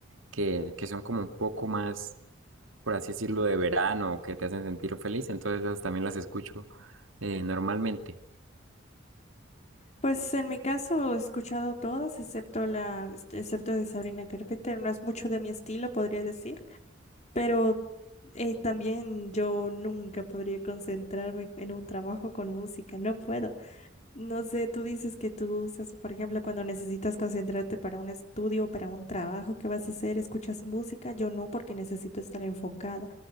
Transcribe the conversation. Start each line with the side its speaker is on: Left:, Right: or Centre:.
Right: que, que son como un poco más, por así decirlo, de verano, que te hacen sentir feliz, entonces esas también las escucho eh, normalmente.
Left: Pues en mi caso he escuchado todas, excepto la, este, excepto de Sabrina Carpenter, no es mucho de mi estilo, podría decir, pero eh, también yo nunca podría concentrarme en un trabajo con música, no puedo. No sé, tú dices que tú usas, por ejemplo, cuando necesitas concentrarte para un estudio, para un trabajo que vas a hacer, escuchas música, yo no, porque necesito estar enfocada.